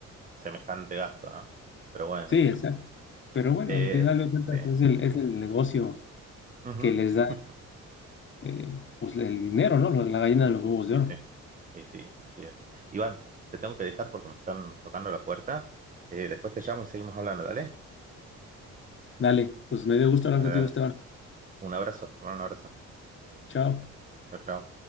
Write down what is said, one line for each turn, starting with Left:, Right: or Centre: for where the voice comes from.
Right: semejante gasto, ¿no? Pero bueno,
Left: Sí, exacto. Pero bueno,
Right: eh,
Left: al final de cuentas
Right: sí.
Left: es el, es el negocio
Right: ujú.
Left: que les da
Right: <laughs>
Left: eh, pues el dinero, ¿no? La gallina de los huevos de
Right: Y
Left: oro.
Right: sí, y sí, así es. Iván, te tengo que dejar porque me están tocando la puerta. Eh, después te llamo y seguimos hablando, dale.
Left: Dale, pues me dio gusto hablar
Right: Dale,
Left: contigo,
Right: dale.
Left: Esteban.
Right: Un abrazo, te mando un abrazo.
Left: Chao.
Right: Chao, chao.